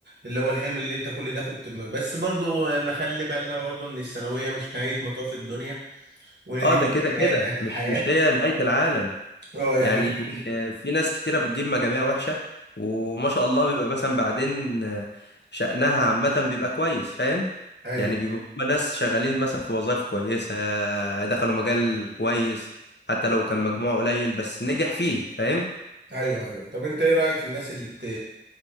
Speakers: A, on the right (about 70°); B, on the left (about 70°).
A: اللي هو الحلم اللي انت كل ده كنت م- بس برضو نخلي بالنا برضو ان الثانوية مش نهاية مطاف الدنيا وان
B: اه
A: دي مش
B: ده كده
A: النهاية
B: كده
A: بتاعت الحياة
B: مش مش هي نهايه العالم
A: اه يعني
B: يعني
A: في حاجة
B: في ناس كتيرة بتجيب مجاميع وحشة وما شاء الله بيبقى مثلا بعدين شأنها عامة بيبقى كويس فاهم
A: ايوه
B: يعني بيبقوا هما ناس شغالين مثلا في وظائف كويسة دخلوا مجال كويس حتى لو كان مجموعه قليل بس نجح فيه فاهم
A: ايوه ايوه طب انت ايه رايك في الناس اللي بت...